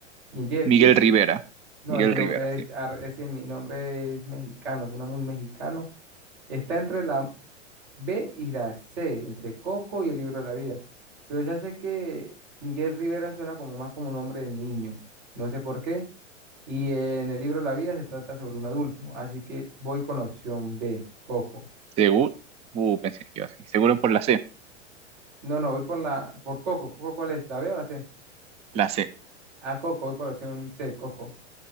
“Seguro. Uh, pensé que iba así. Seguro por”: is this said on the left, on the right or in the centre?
Right